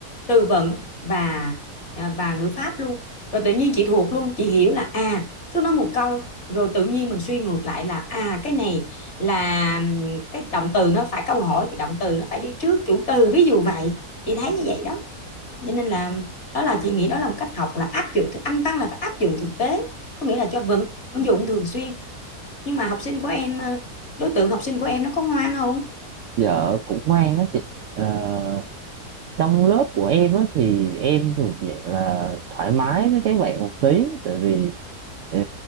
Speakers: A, on the left; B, on the right.
A: từ vựng và à, và ngữ pháp luôn rồi tự nhiên chị thuộc luôn chị hiểu là à cứ nói một câu rồi tự nhiên mình suy ngược lại là à cái này là ừm, cái động từ nó phải câu hỏi thì động từ nó phải đi trước chủ từ ví dụ vậy chị thấy như vậy đó cho nên là đó là chị nghĩ đó là một cách học là áp dụng thực Anh văn là phải áp dụng thực tế có nghĩa là cho vận dụng thường xuyên nhưng mà học sinh của em ờ, đối tượng học sinh của em nó có ngoan không
B: Dạ cũng ngoan á chị Ờ, trong lớp của em á thì em thuộc dạng là thoải mái với các bạn một tí tại vì ờ,